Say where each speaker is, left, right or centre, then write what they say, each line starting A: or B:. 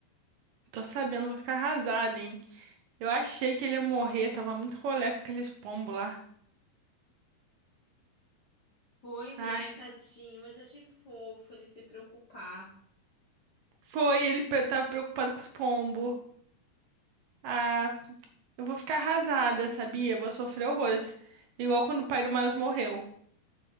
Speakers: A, on the right; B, on the left.
A: tô sabendo, vou ficar arrasada, hein? Eu achei que ele ia morrer, tava muito rolé com aqueles pombos lá.
B: Foi, né,
A: Ai,
B: tadinho, mas eu achei fofo ele se preocupar.
A: foi, ele pre- tava preocupado com os pombos. Ah, eu vou ficar arrasada, sabia? Vou sofrer horrores. Igual quando o pai do Miles morreu.